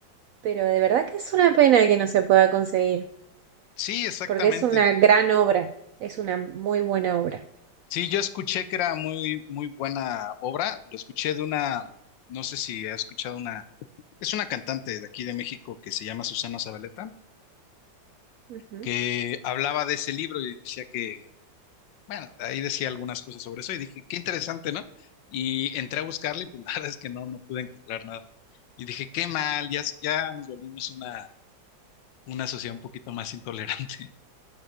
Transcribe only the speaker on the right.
Pero de verdad que es una pena que no se pueda conseguir,
porque es una gran obra, es una muy buena obra.
Ujú.